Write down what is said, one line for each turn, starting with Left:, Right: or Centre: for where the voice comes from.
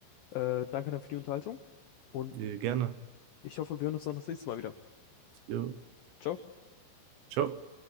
Left: äh, danke dann für die Unterhaltung und
Right: Ja, gerne.
Left: ich hoffe, wir hören uns dann das nächste Mal wieder.
Right: Jo.
Left: Ciao.
Right: Ciao.